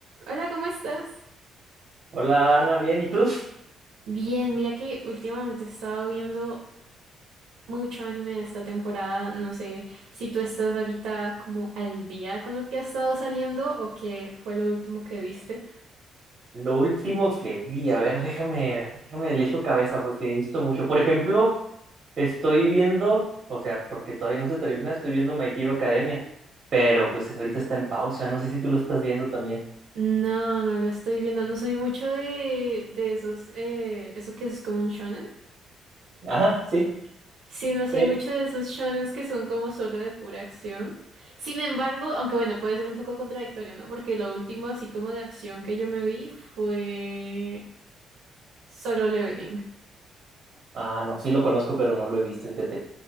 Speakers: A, on the right; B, on the right.
A: Hola, ¿cómo estás?
B: Hola Ana, bien, ¿y tú?
A: Bien, mira que últimamente he estado viendo mucho anime de esta temporada. No sé si tú estás ahorita como al día con lo que ha estado saliendo o qué fue lo último que viste.
B: Lo último que vi, a ver, déjame, déjame le echo cabeza porque he visto mucho. Por ejemplo, estoy viendo, o sea, porque todavía no se termina, estoy viendo My Hero Academia, pero pues es- ahorita está en pausa, no sé si tú lo estás viendo también.
A: No, no lo estoy viendo. No soy mucho de, de esos, eh, eso que es como un shonen.
B: Ajá, sí.
A: Sí, no soy
B: ¿Qué?
A: mucho de esos shonens que son como solo de pura acción. Sin embargo, aunque bueno, puede ser un poco contradictorio, ¿no? Porque lo último así como de acción que yo me vi fue Solo Leveling.
B: Ah, no, sí lo conozco, pero no lo he visto, fíjate.